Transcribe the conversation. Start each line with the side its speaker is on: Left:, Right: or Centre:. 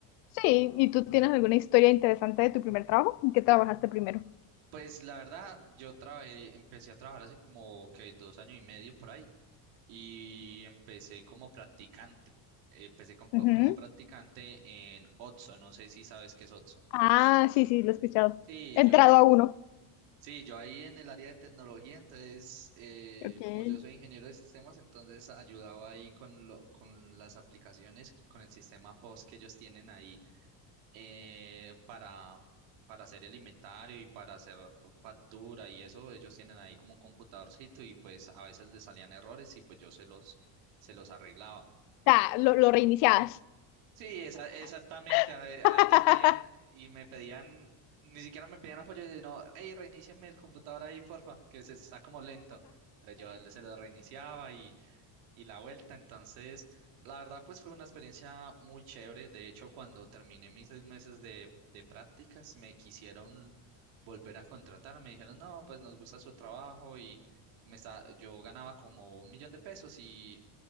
Left: sí, ¿y tú tienes alguna historia interesante de tu primer trabajo? ¿En qué trabajaste primero?
Right: Pues la verdad, yo trabajé, empecé a trabajar hace como que dos años y medio por ahí y empecé como practicante. Empecé com- como
Left: Ujú.
Right: practicante en Otso, no sé si sabes qué es Otso.
Left: Ah, sí, sí, lo he escuchado.
Right: Sí,
Left: He entrado
Right: yo, yo,
Left: a uno.
Right: sí, yo ahí en el área de tecnología, entonces, eh,
Left: Ok. O
Right: como yo soy ingeniero de sistemas, entonces ayudaba ahí con lo, con las aplicaciones y con el sistema POS que ellos tienen ahí eh, para, para hacer el inventario y para hacer fa- factura y eso, ellos tienen ahí como un computadorcito y pues a veces les salían errores y pues yo se los, se los arreglaba.
Left: sea,
Right: Eh,
Left: lo, lo reiniciabas.
Right: sí, esa- exactamente.
Left: <laughs>
Right: A, a ellas veían y me pedían, ni siquiera me pedían apoyo, no, hey, reinícieme el computador ahí, porfa, que se está como lento. Entonces Yo se lo reiniciaba y la vuelta. Entonces, la verdad, pues fue una experiencia muy chévere. De hecho, cuando terminé mis seis meses de, de prácticas, me quisieron volver a contratar. Me dijeron, no, pues nos gusta su trabajo y me está, yo ganaba como un millón de pesos y,